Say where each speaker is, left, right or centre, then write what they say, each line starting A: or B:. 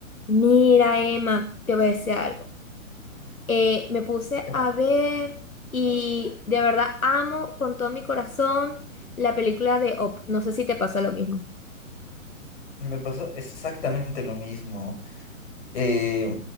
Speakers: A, on the left; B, on the left.
A: Mira, Emma, te voy a decir algo. Eh, me puse
B: ¿Qué
A: a
B: pasó?
A: ver y de verdad amo con todo mi corazón la película de Op. No sé si te pasa lo mismo.
B: Me pasó exactamente lo mismo. Eh,